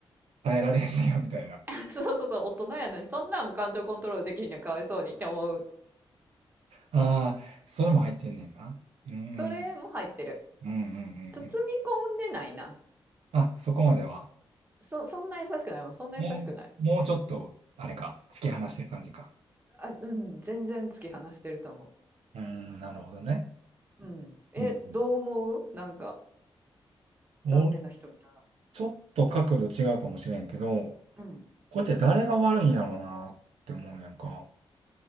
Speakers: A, on the right; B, on the right.
A: 耐えられへんねや、みたいな。
B: <laughs>。そうそうそう、大人やのに、そんなんも感情コントロールできひんにはかわいそうにって思う。
A: ああ、それも入ってんねんな。うーん、
B: それも入ってる。
A: うん、うん、うん。
B: 包み込んでないな。
A: うんあ、そこまでは。
B: そ、そんな優しくないもん。そんな優しくない。
A: もう、もうちょっと、あれか、突き放してる感じか。
B: あ、うん、全然突き放してると思
A: うん、なるほどね。
B: う。うん。え、
A: うん。
B: どう思うなんか、
A: 俺、
B: 残念な人みたいな。
A: ちょっと角度違うかもしれんけど、
B: うん。
A: これって誰が悪いんやろうなって思うねんか。